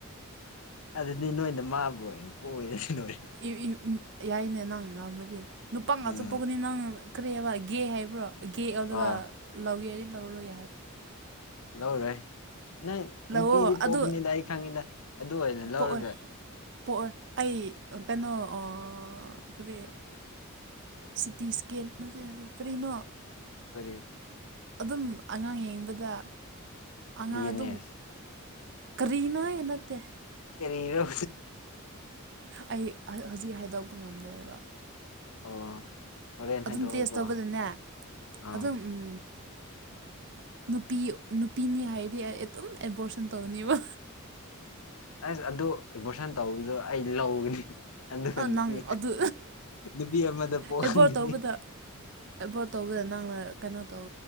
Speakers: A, on the left; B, on the right.
A: ꯑꯗꯨꯅꯤ ꯅꯣꯏꯅ ꯃꯥꯕꯨ ꯑꯣꯏꯅ ꯀꯣꯏꯔꯒ ꯂꯣꯏ
B: <unintelligible> ꯌꯥꯏꯅꯦ ꯅꯪ ꯉꯝꯔꯗꯤ ꯅꯨꯄꯥ ꯉꯥꯛꯇ
A: ꯎꯝ
B: ꯄꯣꯛꯒꯅꯤ ꯅꯪ ꯀꯔꯤ ꯍꯥꯏꯕ ꯒꯦ ꯍꯥꯏꯕ꯭ꯔꯣ ꯒꯦ ꯑꯣꯜꯂꯒ
A: ꯑꯥ
B: ꯂꯧꯒꯦ ꯌꯥꯏ ꯂꯧꯔꯣꯏ ꯌꯥꯏ
A: ꯂꯧꯔꯣꯏ ꯅꯪ
B: ꯂꯧꯑꯣ
A: ꯅꯨꯄꯤꯗꯤ ꯄꯣꯛꯀꯅꯤꯗ
B: ꯑꯗꯨ
A: ꯑꯩ ꯈꯪꯉꯤꯗ ꯑꯗꯨ ꯑꯣꯏꯅ ꯂꯧꯔꯒ
B: ꯄꯣꯛꯑꯣꯏ ꯄꯣꯛꯑꯣꯏ ꯑꯩ ꯀꯩꯅꯣ ꯑꯣ ꯀꯔꯤ ꯁꯤ ꯇꯤ ꯁꯀꯦꯟ ꯅꯠꯇꯦ ꯅꯠꯇꯦ ꯀꯔꯤꯅꯣ
A: ꯀꯔꯤ
B: ꯑꯗꯨꯝ ꯑꯉꯥꯡ ꯌꯦꯡꯕꯗ ꯑꯉꯥꯡ
A: ꯗꯤ ꯑꯦꯟ
B: ꯑꯗꯨꯝ
A: ꯑꯦꯁ
B: ꯀꯔꯤꯅꯣꯌꯦ ꯅꯠꯇꯦ
A: ꯀꯔꯤꯔꯣ
B: ꯑꯩ ꯍꯧꯖꯤꯛ ꯍꯥꯏꯗꯣꯛꯄ ꯉꯝꯗ꯭ꯔꯦꯕ
A: ꯑꯣ ꯍꯣꯔꯦꯟ
B: ꯑꯗꯨꯝ
A: ꯍꯥꯏꯗꯣꯛꯑꯣꯀꯣ
B: ꯇꯦꯁ ꯇꯧꯕꯗꯅꯦ
A: ꯑꯥ
B: ꯑꯗꯨꯝ ꯎꯝ ꯅꯨꯄꯤ ꯅꯨꯄꯤꯅꯤ ꯍꯥꯏꯔꯗꯤ ꯑꯩ ꯑꯗꯨꯝ ꯑꯦꯕꯣꯔꯁꯟ ꯇꯧꯅꯦꯕ
A: ꯑꯁ ꯑꯗꯨ ꯏꯚꯣꯔꯁꯟ ꯇꯧꯕꯗꯣ ꯑꯩ ꯂꯧꯒꯅꯤ ꯑꯗꯨꯒ ꯅꯨꯄꯤ
B: ꯅꯪ ꯑꯗꯨ
A: ꯅꯨꯄꯤ ꯑꯃꯗ ꯄꯣꯛꯍꯟꯈꯤꯅꯤ
B: ꯑꯦꯕꯣꯔꯠ ꯇꯧꯕꯗ ꯑꯦꯕꯣꯔꯠ ꯇꯧꯕꯗ ꯅꯪꯅ ꯀꯩꯅꯣ ꯇꯧ